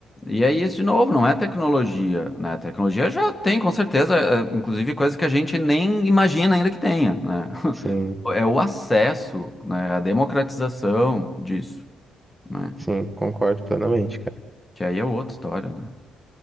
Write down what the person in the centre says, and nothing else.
Sim,
sim, concordo plenamente, cara.